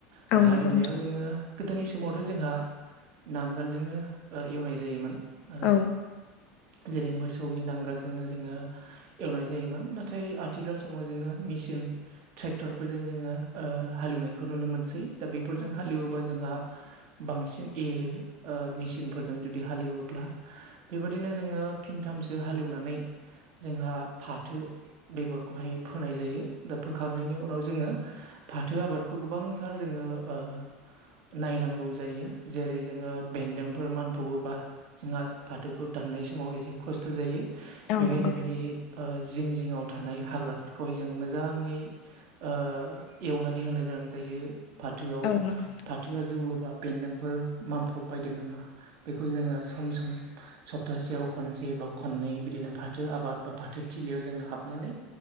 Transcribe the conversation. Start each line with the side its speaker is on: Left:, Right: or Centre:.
Right: दा
Left: औ
Right: हालेवनायाव
Left: नंगौ नोंथां
Right: जोङो गोदोनि समावथ' जोंहा नांगोलजोंनो ओ एवनाय जायोमोन ओ
Left: औ
Right: जेरै मोसौनि नांगोलजोंनो जोङो एवनाय जायोमोन नाथाय आथिखाल समाव जोङो मिसि न ट्रेक्टरफोरजों जोङो ओ हालेवनायखौ नुनो मोनसै। दा बेफोरजों
Left: औ नंगौ
Right: हालेवोबा
Left: नोंथां
Right: जोंहा बांसिन एरो ओ मेचिनफोरजों जुदि हालेवोब्ला बेबायदिनो जोङो फिनथाम मसो हालेवनानै जोंहा फाथो बेगरखौहाय फोनाय जायो। दा फोखांनायनि उनाव जोङो फाथो आबादखौ गोबांथार जोङो ओ नायनांगौ जायो जेरै जोङो बेन्दोंफोर मोनानफबा जोंहा फाथोखौ दान ननाय समाव एसे खस्थ' जायो।
Left: औ
Right: बेखायनो
Left: नंगौ
Right: बेनि
Left: नोंथां
Right: ओ जिं-जिङाव थानाय हाग्राफोरखौहाय जों मोजां मोजाङै ओ एवनानै होनो गोनां जायो। फाथोआव
Left: औ नंगौ नोंथां
Right: फाथोआ जौवोबा बेन्दोंफोर मामफब बायदों नामा बेखौ जोङो सम-सम सप्तासेयाव खनसे ब खननै बिदिनो फाथो आबाद बा फाथो थिलिआव जोङो हाबनानै